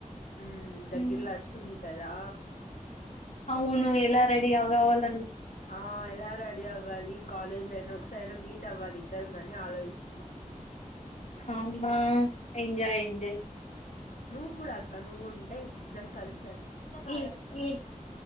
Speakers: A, on the left; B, on the left.
A: హు దగ్గరలో
B: హ్మ్.
A: అశ్విని కదా
B: అవును ఎలా రెడి ఆగవలూన్
A: ఆ ఎలా రెడీ అవ్వాలి కాలేజీలైనా ఒకసారి మీట్ అవ్వాలి ఇద్ ధర్మాన్ని ఆలోయిసునం
B: అవునా ఎంజాయ్ ఎంజయ్
A: నువ్ కూడా అక్క నువుంటే ఇద్దరం కలిసే కల్సచేదాం
B: హ్మ్. హ్మ్.